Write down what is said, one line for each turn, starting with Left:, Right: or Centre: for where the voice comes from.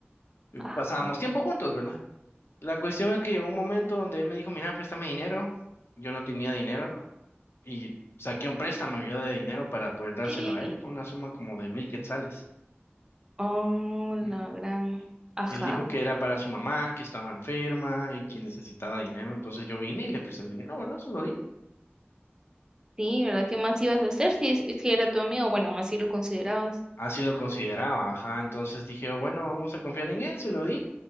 Left: y
Right: ajá.
Left: pasábamos tiempo juntos, ¿verdad? La cuestión es que llegó un momento donde él me dijo, mira, préstame dinero. Yo no tenía dinero y saqué un préstamo yo de dinero para poder dárselo
Right: <gasps>
Left: a él. Fue una suma como de mil quetzales.
Right: Oh, la
Left: Y-
Right: gran,
Left: y
Right: ajá.
Left: Él dijo que era para su mamá, que estaba enferma y que necesitaba dinero. Entonces yo vine y le presté el dinero, bueno, se lo di.
Right: Sí, ¿verdad? ¿Qué más ibas a hacer si es, es que era tu amigo? Bueno, así lo considerabas. <laughs>
Left: Así lo consideraba, ajá. Entonces dije, "Oh, bueno, vamos a confiar en él, se lo di.